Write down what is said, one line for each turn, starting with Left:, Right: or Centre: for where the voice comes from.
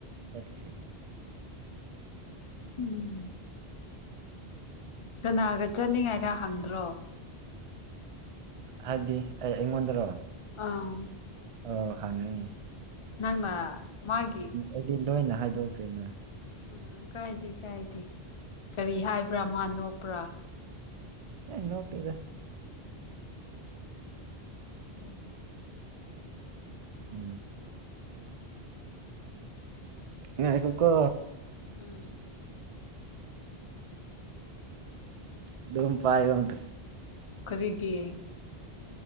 Right: ꯆꯠꯈ꯭ꯔꯤꯦ
Left: ꯎꯝ ꯀꯅꯥꯒ ꯆꯠꯅꯤꯡꯉꯥꯏꯔ ꯍꯪꯗ꯭ꯔꯣ
Right: ꯍꯥꯏꯕꯗꯤ ꯑꯩ ꯑꯩꯉꯣꯟꯗꯔꯣ
Left: ꯑꯪ
Right: ꯑ ꯍꯪꯉꯤ
Left: ꯅꯪꯃ ꯃꯥꯒꯤ
Right: ꯑꯩꯗꯤ ꯂꯣꯏꯅ ꯍꯥꯏꯗꯣꯛꯀꯦꯅ
Left: ꯎꯝ ꯀꯥꯏꯗꯦ ꯀꯥꯏꯗꯦ ꯀꯔꯤ ꯍꯥꯏꯕ꯭ꯔꯥ ꯃꯥ ꯅꯣꯛꯄ꯭ꯔꯥ
Right: ꯑꯦ ꯅꯣꯞꯇꯦꯗ
Left: ꯎꯝ
Right: ꯎꯝ ꯉꯥꯏꯈꯣ ꯀꯣ
Left: ꯎꯝ
Right: ꯑꯗꯨꯝ ꯄꯥꯏꯇ
Left: ꯀꯔꯤꯒꯤ